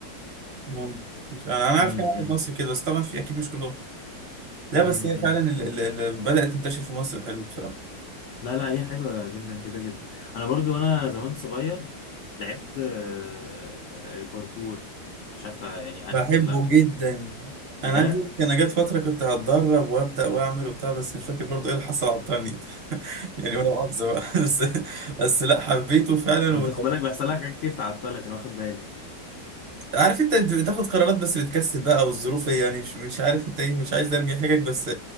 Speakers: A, on the right; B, on the left.
A: مم. مش- انا أنا
B: امم
A: عارف كام واحد مصري كده بس طبعا في اكيد مش كلهم لا
B: امم
A: بس هي فعلا اللي بدأت تنتشر في مصر حلو بصراحة
B: لا لا هي حلوة جدا كده جدا انا برضو وانا زمان صغير لعبت آه، آه، باركور مش عارف تع- يعني عارف
A: بحبه
B: ولا لا
A: جدا
B: بجد
A: انا عايز اقول لك انا جت فتره كنت هتدرب وابدا واعمل وبتاع بس مش فاكر برضو ايه اللي حصل عطلني <laughs> يعني وانا مؤاخذه بقى <laughs> بس بس لا حبيته فعلا
B: انت
A: و...
B: خد بالك بيحصل لك حاجات كتير تعطلك انا واخد بالي
A: عارف انت بتاخد قرارات بس بتكسل بقى والظروف هي يعني مش مش عارف انت ايه مش عايز ارمي حاجك بس